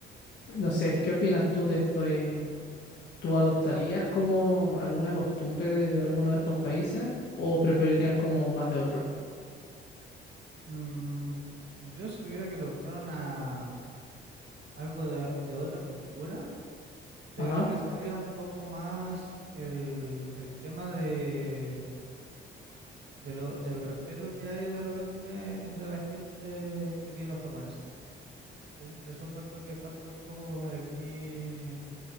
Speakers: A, on the left; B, on the right.
A: no sé, ¿qué opinas tú de esto? Eh, ¿tú adoptarías como alguna costumbre de alguno de estos países o preferirías como más de otro?
B: Mm, yo si tuviera que adoptar una, algo de, de otra cultura, yo
A: Ajá.
B: creo que sería un poco más el, el tema de, de lo, del respeto que hay de repente entre la gente que tienen los japoneses. ¿cachai? Eso encuentro que falta un poco como de aquí